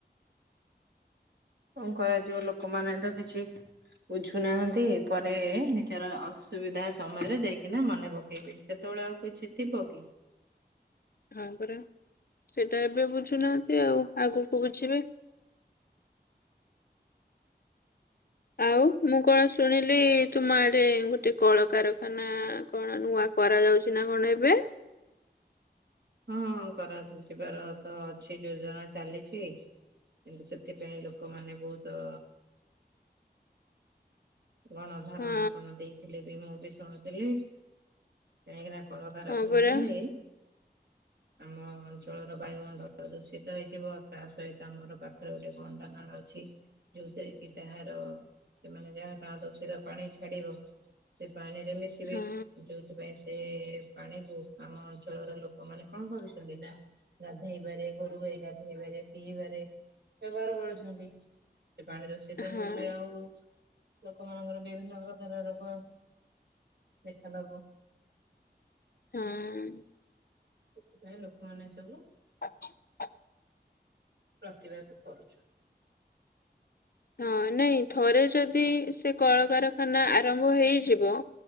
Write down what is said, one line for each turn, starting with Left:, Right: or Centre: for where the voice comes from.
Right: କଣ କରାଯିବ ଲୋକମାନେ ତ କିଛି ବୁଝୁ ନାହାନ୍ତି ପରେ ନିଜର ଅସୁବିଧା ସମୟରେ ଦେଇକିନା ମନେ ପକେଇବେ ସେତେବେଳେ ଆଉ କିଛି ଥିବ କି?
Left: ହଁ ପରା ସେଇଟା ଏବେ ବୁଝୁନାହାନ୍ତି ଆଉ ଆଗକୁ ବୁଝିବେ। ଆଉ ମୁଁ କଣ ଶୁଣିଲି ତୁମ ଆଡେ ଗୋଟେ କଳକାରଖାନା କଣ ନୂଆ କରାଯାଉଛି ନା କଣ ଏବେ?
Right: ହଁ କରାଯିବାର ତ ଅଛି ଯୋଜନା ଚାଲିଛି କିନ୍ତୁ ସେଥିପାଇଁ ଲୋକମାନେ। ବହୁତ। ଗଣ ଧାରଣା
Left: ହଁ
Right: କଣ ଦେଇଥିଲେ ବି ମୁଁ ବି ଶୁଣୁଥିଲି କାହିଁକିନା କଳକାରଖାନା
Left: ହଁ ପରା
Right: ହେଲେ। ଆମ ଅଞ୍ଚଳର ବାୟୁମଣ୍ଡଳ ଦୂଷିତ ହେଇଯିବ ତା ସହିତ ଆମର ପାଖରେ ଗୋଟେ ଗଣ୍ଡ ନାଳ ଅଛି ଯୋଉଥିରେ କି ତାହାର ସେମାନେ ଯାହା। ତା ଦୂଷିତ ପାଣି ଛାଡିବ। ପାଣିରେ ମିଶିବେ
Left: ହଁ
Right: ଯୋଉଥିପାଇଁ ସେ ସେ ପାଣିକୁ ଆମ ଅଞ୍ଚଳର ଲୋକମାନେ କଣ କରୁଛନ୍ତି ନା ଗାଧେଇବାରେ ଗୋରୁ ଗାଈ ଗାଧେଇବାରେ ପିଇବାରେ ବ୍ୟବହାର କରୁଛନ୍ତି। ସେ ପାଣି ଦୂଷିତ
Left: ହଁ
Right: ହେଇଗଲେ ଆଉ। ଲୋକମାନାନଙ୍କର ବିଭିନ୍ନ ପ୍ରକାର ରୋଗ ଦେଖାଦବ।
Left: ହଁ।
Right: ସେଥିପାଇଁ ଲୋକମାନେ ସବୁ।
Left: ଆ <inaudible>
Right: ପ୍ରତିବାଦ କରୁଛନ୍ତି।
Left: ହଁ ନାଇଁ ଥରେ ଯଦି ସେ କଳକାରଖାନା ଆରମ୍ଭ ହେଇଯିବ